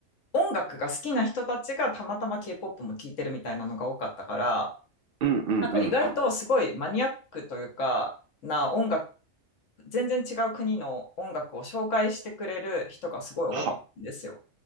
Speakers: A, on the left; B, on the right.
A: 音楽が好きな人たちがたまたま K-POP も聴いてるみたいなのが多かったから、
B: うんうんうん。
A: なんか意外とすごいマニアックというか、な音楽、全然違う国の音楽を紹介してくれる人がすごい多かったんですよ。
B: は、